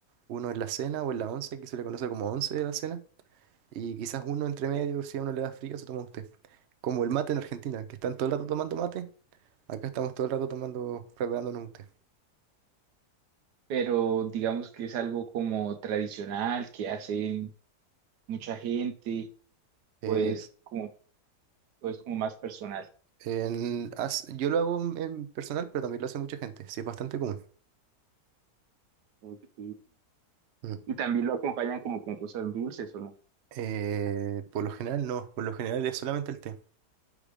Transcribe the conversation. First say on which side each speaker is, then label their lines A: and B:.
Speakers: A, on the right; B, on the right.
A: uno en la cena o en la once, que se le conoce como once de la cena, y quizás uno entre medio, si a uno le da frío, se toma usted. Como el mate en Argentina, que están todo el rato tomando mate, acá estamos todo el rato tomando, preparándonos un té.
B: pero digamos que es algo como tradicional que hacen mucha gente,
A: Eh,
B: pues como, pues como más personal.
A: en- as- yo lo hago en personal, pero también lo hace mucha gente, sí es bastante común.
B: Ok.
A: Mm.
B: Y también lo acompañan como con cosas dulces, ¿o no?
A: Eh, por lo general no, por lo general es solamente el té.